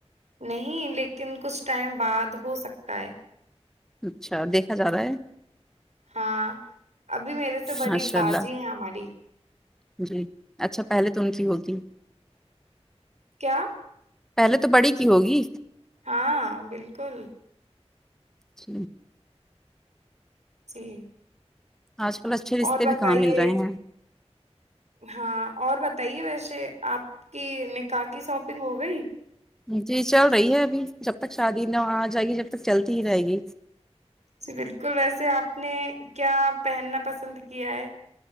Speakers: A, on the right; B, in the centre.
A: نہیں لیکن کچھ ٹائم بعد ہو سکتا ہے
B: اچھا دیکھا جا رہا ہے
A: ہاں ابھی میرے سے بڑی
B: ماشاء
A: بازی
B: اللہ
A: ہے ہماری
B: جی اچھا پہلے تو ان کی ہوتی
A: کیا
B: پہلے تو بڑی کی ہوگی
A: ہاں بالکل
B: جٹھ
A: جی
B: آج کل اچھے رشتے
A: اور بتائیے
B: بھی کہاں مل رہے ہیں
A: ہاں اور بتائیے ویسے آپ کی نکاح کی شاپنگ ہو گئی
B: جی چل رہی ہے ابھی جب تک شادی نہ آ جائیی جب تک چلتی ہی رہے گی
A: جی بالکل ویسے آپ نے کیا پہننا پسند کیا ہے